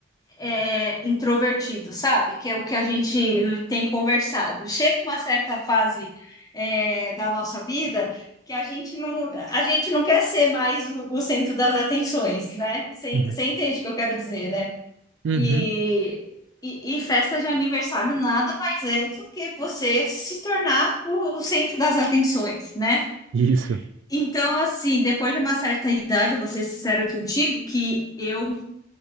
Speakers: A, on the left; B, on the right.
A: é, introvertido, sabe? Que é o que a gente tem conversado. Chega uma certa fase, é, da nossa vida que a gente não, a gente não quer ser mais o, o centro das atenções, né? Você
B: Uhum.
A: você entende o que eu quero dizer, né?
B: Uhum.
A: E, e, e festa de aniversário nada mais é do que você se tornar o, o centro das atenções, né?
B: Isso.
A: Então, assim, depois de uma certa idade, eu vou ser sincera contigo, que eu